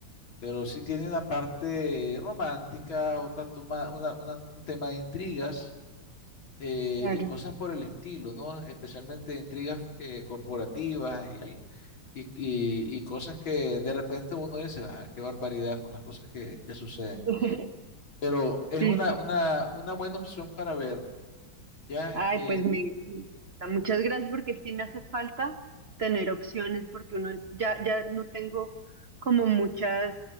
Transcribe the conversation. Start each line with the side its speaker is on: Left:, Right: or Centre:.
Left: pero sí tiene una parte romántica, otra toma, una, una- un tema de intrigas eh,
Right: Claro.
Left: y cosas por el estilo, ¿no? Especialmente intrigas eh, corporativas y, al- y, y- y cosas que de repente uno dice, ah, qué barbaridad con las cosas que, que suceden.
Right: <laughs>
Left: Pero es
Right: Sí,
Left: una,
Right: sí.
Left: una, una buena opción para ver, ¿ya?
Right: Ay,
Left: eh,
Right: pues me, me gusta. Muchas gracias porque sí me hace falta tener opciones porque uno ya, ya no tengo como muchas,